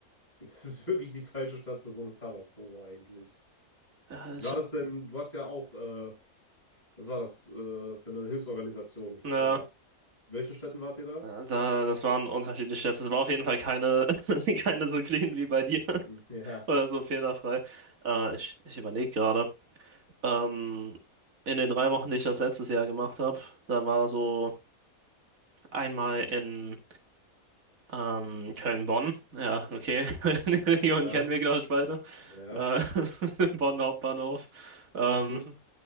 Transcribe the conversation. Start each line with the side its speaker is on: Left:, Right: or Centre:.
Left: Es ist wirklich die falsche Stadt für so eine Tabakpromo eigentlich.
Right: Ja,
Left: Wie
Right: ich,
Left: war das denn? Du hast ja auch, äh, was war das, äh, für eine Hilfsorganisation
Right: ja.
Left: gemacht? In welchen Städten wart ihr da?
Right: Äh, Da, das waren unterschiedliche Stats. Es war auf jeden Fall keine, <laughs> keine so clean wie bei dir <laughs>
Left: <laughs> Hm, Ja,
Right: oder so fehlerfrei. Äh, ich ich überlege gerade. Ähm, in den drei Wochen, die ich das letztes Jahr gemacht habe, da war so einmal in ähm, Köln-Bonn. Ja, okay. <laughs> Die Region
Left: ja,
Right: kennen wir, glaube ich, beide.
Left: ja,
Right: Äh, <laughs> Bonn Hauptbahnhof. Ähm,
Left: hm,